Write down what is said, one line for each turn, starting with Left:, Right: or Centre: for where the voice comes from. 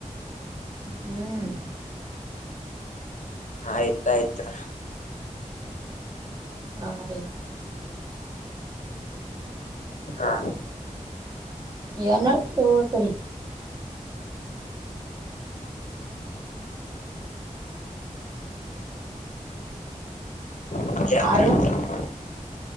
Right: ಹ್ಮ್
Left: ಆಯ್ತ ಆಯ್ತು
Right: ಹ ರೀ
Left: ಹಾ
Right: ಏನಾರು <unintelligible>
Left: <unintelligible>
Right: ಆರ್ಯ